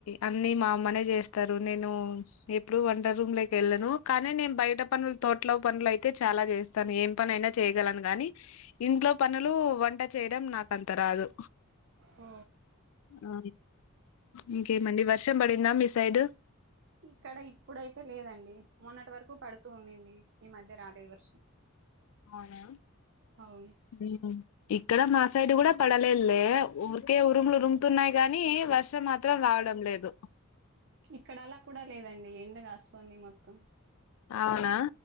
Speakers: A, on the left; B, on the right.
A: అన్నిీ మా అమ్మనే చేస్తారు నేను ఎప్పుడు వంట రూమ్ లోకి వెళ్ళను కానీ నేను బయట పనులు తోటలో పనులు అయితే చాలా చేస్తాను ఏం పని అయినా చేయగలను గానీ కానీ ఇంట్లో పనులు, వంట చేయడం నాకు అంత రాదు
B: ఓ
A: ఆ ఇంకేమండి వర్షం పడిందా మీ సైడ్
B: ఇక్కడ ఇప్పుడైతే లేదండి మొన్నటి వరకు పడుతూ ఉన్నింది ఈ మధ్య రాలేదు వర్షం
A: అవునా
B: అవును
A: ఉహూ ఇక్కడ మా సైడ్ కూడా పడలేదుదే ఊరికే ఉరుములు ఉరుముతున్నాయి కానీ వర్షం మాత్రం రా వడం లేదు
B: ఇక్కడ అలా కూడా లేదండి ఎండ కాస్తోంది మొత్తం
A: అవునా